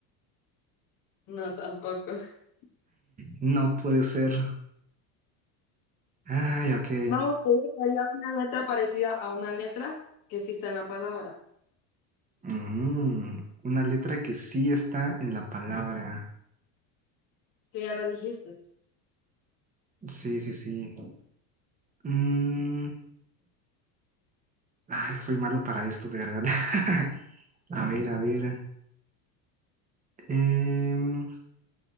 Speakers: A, on the left; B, on the right.
A: No, tampoco. <laughs>
B: No puede ser. Ay, ok.
A: Vamos a ir allá una letra parecida a una letra que sí está en la palabra,
B: Mm, una letra que sí está en la palabra.
A: que ya la dijiste.
B: Sí, sí, sí. Mm, ay, soy malo para esto, de verdad. <laughs> A ver, a ver. Em,